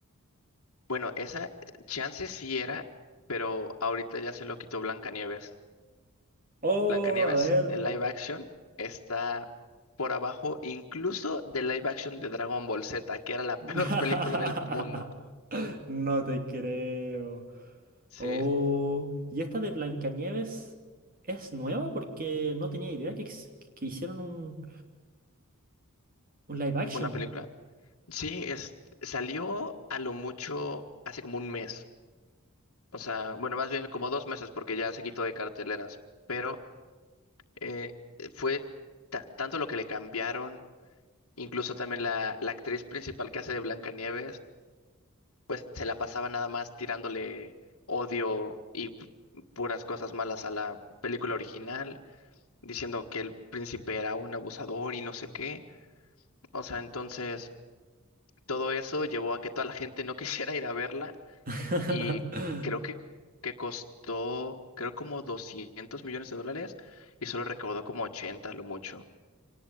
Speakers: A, on the left (about 70°); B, on the right (about 40°).
A: Bueno, esa eh, chance sí era, pero ahorita ya se lo quitó Blancanieves.
B: Oh,
A: Blancanieves,
B: a ver.
A: el live action, está por abajo incluso del live action de Dragon Ball Z, que era la
B: <laughs>
A: <laughs> peor película del mundo.
B: No te creo.
A: Sí,
B: Oh, y esta de Blancanieves es nueva porque no tenía idea que, ex- que hicieron un, un live action.
A: Una película. Sí, es, salió a lo mucho hace como un mes. O sea, bueno, más bien como dos meses porque ya se quitó de carteleras. Pero eh, fue ta- tanto lo que le cambiaron, incluso también la, la actriz principal que hace de Blancanieves, pues se la pasaba nada más tirándole odio y pu- puras cosas malas a la película original, diciendo que el príncipe era un abusador y no sé qué. O sea, entonces todo eso llevó a que toda la gente no <laughs> quisiera ir a verla
B: <laughs>
A: y creo que, que costó, creo como 200 millones de dólares y solo recaudó como 80 lo mucho.